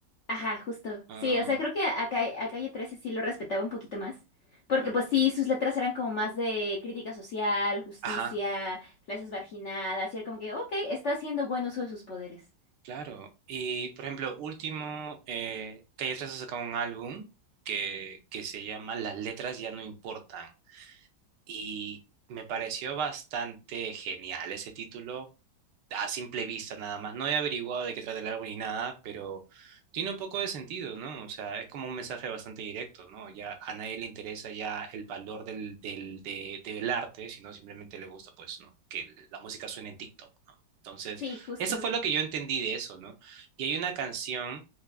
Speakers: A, on the left; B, on the right.
A: Ajá, justo.
B: Ah,
A: Sí, o sea, creo que a, a Ca- a Calle 13 sí lo respetaba un poquito más. Porque
B: claro.
A: pues sí, sus letras eran como más de crítica social, justicia,
B: Ajá,
A: clases marginadas, y era como que, ok, está haciendo buen uso de sus poderes.
B: claro. Y, por ejemplo, último, eh, Calle 13 ha sacado un álbum que, que se llama Las letras ya no importan. Y me pareció bastante genial ese título. a simple vista nada más. No he averiguado de qué trata el álbum ni nada, pero tiene un poco de sentido, ¿no? O sea, es como un mensaje bastante directo, ¿no? Ya a nadie le interesa ya el valor del, del, de- del arte, sino simplemente le gusta, pues, ¿no? Que la música suene en TikTok, ¿no? Entonces,
A: Sí, justo.
B: eso fue lo que yo entendí de eso, ¿no? Y hay una canción